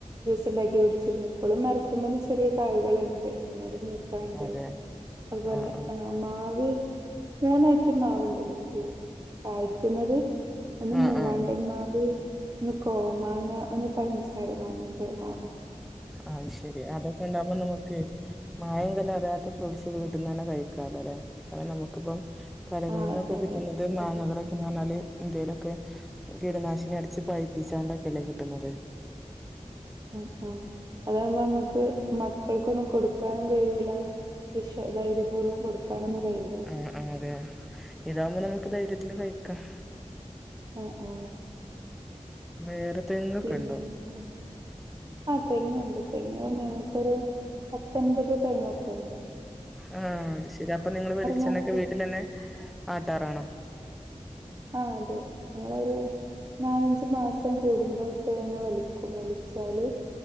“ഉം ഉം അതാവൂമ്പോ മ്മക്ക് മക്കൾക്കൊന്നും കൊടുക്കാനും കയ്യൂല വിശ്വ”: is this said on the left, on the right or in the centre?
Right